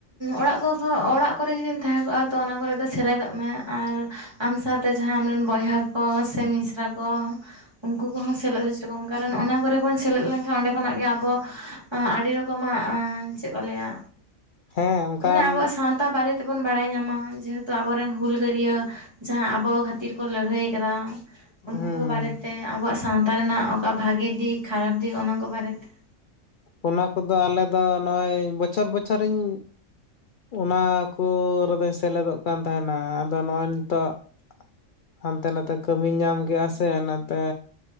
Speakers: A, on the right; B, on the left.
A: ᱚᱲᱟᱜ ᱠᱚ ᱚᱲᱟᱜ ᱠᱚᱨᱮ ᱡᱩᱫᱤᱢ ᱛᱟᱦᱮᱸ ᱠᱚᱜᱼᱟ ᱛᱚ ᱚᱱᱟ ᱠᱚᱨᱮ ᱫᱚ ᱥᱮᱞᱮᱫᱚᱜ ᱢᱮ ᱟᱨ ᱟᱢ ᱥᱟᱶᱛᱮ ᱡᱟᱦᱟᱸ ᱟᱢᱨᱮᱱ ᱵᱚᱭᱦᱟ ᱠᱚ ᱥᱮ ᱢᱤᱥᱨᱟ ᱠᱚ ᱩᱱᱠᱩ ᱠᱚᱦᱚᱸ ᱥᱮᱞᱮᱫ ᱦᱚᱪᱚ ᱠᱚᱢ ᱠᱟᱨᱚᱱ ᱚᱱᱟ ᱠᱚᱨᱮ ᱵᱚᱱ ᱥᱮᱞᱮᱫ ᱞᱮᱱᱠᱷᱟᱱ ᱚᱸᱱᱰᱮ ᱠᱷᱚᱱᱟᱜ ᱜᱮ ᱟᱵᱚ ᱟᱹᱰᱤ ᱨᱚᱠᱚᱢᱟᱜ ᱪᱮᱫ ᱠᱚ ᱞᱟᱹᱭᱟ
B: ᱦᱮᱸ ᱚᱱᱠᱟᱱ
A: ᱢᱟᱱᱮ ᱟᱵᱚᱣᱟᱜ ᱥᱟᱶᱛᱟ ᱵᱟᱨᱮ ᱛᱮᱵᱚᱱ ᱵᱟᱲᱟᱭ ᱧᱟᱢᱟ ᱡᱮᱦᱮᱛᱩ ᱟᱵᱚᱨᱮᱱ ᱦᱩᱞᱜᱟᱹᱨᱭᱟᱹ ᱡᱟᱦᱟᱸ ᱟᱵᱚ ᱠᱷᱟᱹᱛᱤᱨ ᱠᱚ ᱞᱟᱹᱲᱦᱟᱹᱭ ᱟᱠᱟᱫᱟ
B: ᱦᱮᱸ
A: ᱩᱱᱠᱩ ᱠᱚ ᱵᱟᱨᱮᱛᱮ ᱟᱵᱚᱣᱟᱜ ᱥᱟᱶᱛᱟ ᱨᱮᱱᱟᱜ ᱚᱠᱟ ᱵᱷᱟᱜᱤ ᱫᱤᱠ ᱠᱷᱟᱨᱟᱯ ᱫᱤᱠ ᱚᱱᱟ ᱠᱚ ᱵᱟᱨᱮᱛᱮ ᱾
B: ᱚᱱᱟ ᱠᱚᱫᱚ ᱟᱞᱮ ᱫᱚ ᱱᱚᱜᱼᱚᱭ ᱵᱚᱪᱷᱚᱨ ᱵᱚᱪᱷᱚᱨᱤᱧ ᱚᱱᱟ ᱠᱚ ᱨᱮᱫᱚᱧ ᱥᱮᱞᱮᱫᱚᱜ ᱠᱟᱱ ᱛᱟᱦᱮᱱᱟ ᱟᱫᱚ ᱱᱚᱜᱼᱚᱭ ᱱᱤᱛᱳᱜ ᱦᱟᱱᱛᱮ ᱱᱟᱛᱮ ᱠᱟᱹᱢᱤᱧ ᱧᱟᱢ ᱠᱮᱫᱼᱟ ᱥᱮ ᱚᱱᱟᱛᱮ